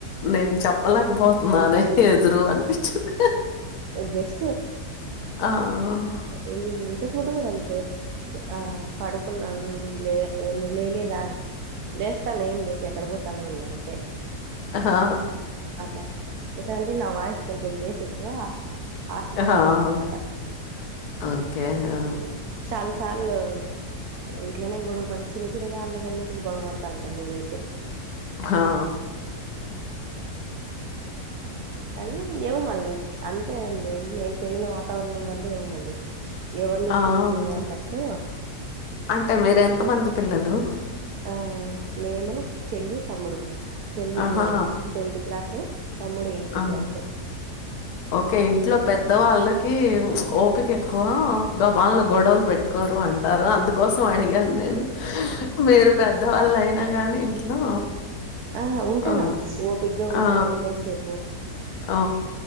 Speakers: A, on the left; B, on the right.
A: నేను చెప్పలేకపోతున్నానే హ్రరు అనిపించది
B: గస్
A: ఆ
B: ఏ ఇంతక్ ముడు కూడాడా అంతే ఆ పడుకులు న పలే ఏమి లేలేదా లేస్తాను ఏమి లేక ఎక్కడ పోతాను ఉన్నాను
A: హా
B: అట్లా ఎట్లా అడి నా వయిస్ కొంచెం బస్ ఎక్కువ ఆశగా
A: ఆ!
B: ఉంటుందనమాట
A: ఓకే. ఆ!
B: చాలాసార్లు ఇంట్లోనే గొడవ పడి చిన్న చిన్న దాన్లు కన్నిటికి గొడవపడతా అంటను నేనైతే
A: ఆా
B: అది ఏమ మళీ అంతే అండి నేను పెరిగిన వాతావరణం వల్ల ఏమ మళ్ీ ఎవరిని
A: ఆ!
B: కేర్ చేయన్నట్టు
A: అంతే. అంటే మీరు ఎంత మంది పిల్లలు
B: ఆ నేను చెల్లి తమ్ముడు చెల్లి ఇప్పుడు
A: ఆహా!
B: టెన్త్ క్లాసు తమ్ముడు ఎయిత్
A: ఆ
B: క్లాసు
A: ఓకే ఇంట్లో పెద్ద వాళ్ళకి ఓపిక ఎక్కువ బాన్లు గొడవలు పెట్టుకోరు అంటారు అందుకు సవానగా ఉే మరు పద్ద పెద్ద వాళ్ళు అయినా గానీ ఇంట్లో
B: ఆ ఉంటార
A: ఆ!
B: ఓపిగా ఉంటాను
A: ఆ!
B: ఉన్నత సేపు
A: ఆ!